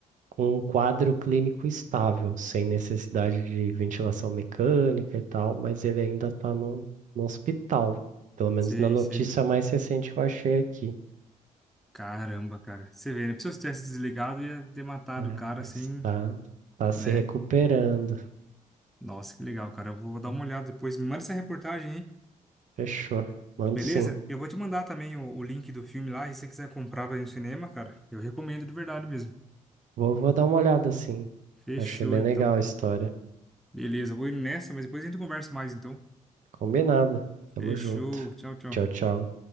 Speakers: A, on the right; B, in the centre.
A: com um quadro clínico estável, sem necessidade de ventilação mecânica e tal, mas ele ainda está no, no hospital. Pelo menos
B: sei,
A: na notícia
B: sei.
A: mais recente que eu achei aqui.
B: Caramba, cara. Você vê, né? Se eu tivesse desligado, ia ter matado
A: É,
B: o cara,
A: mas
B: assim,
A: está tá tá se
B: né?
A: recuperando.
B: Nossa, que legal, cara. Eu vou dar uma olhada depois. Me manda essa reportagem, hein?
A: Fechou. Mando
B: Beleza?
A: sim.
B: Eu vou te mandar também o, o link do filme lá, e se você quiser comprar pra ir no cinema, cara, eu recomendo de verdade mesmo.
A: Vou, vou dar uma olhada sim.
B: Fechou,
A: Achei bem
B: então.
A: legal a história.
B: Beleza, eu vou indo nessa, mas depois a gente conversa mais, então.
A: Combinado. Tamo
B: Fechou,
A: junto.
B: tchau, tchau.
A: Tchau, tchau.